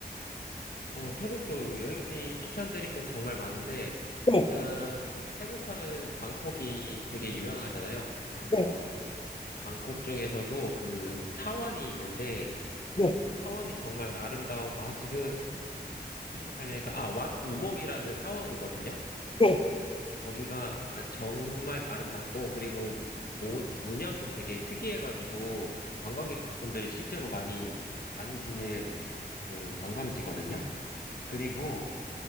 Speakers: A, on the left; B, on the left.
A: 어, 태국도 여행지 추천드릴 거 정말 많은데,
B: 네,
A: 일단 태국 하면 방콕이 되게 유명하잖아요. 그래서
B: 네,
A: 방콕 중에서도 그 사원이 있는데,
B: 네,
A: 사원이 정말 아름다워. 아, 지금 생각하려니까. 아, 왓 우몽이라는 사원이거든요.
B: 네,
A: 거기가 정말 아름답고, 그리고 모, 문양도 되게 특이해가지고, 관광객분들이 실제로 많이 다니시는 그 관광지거든요. 그리고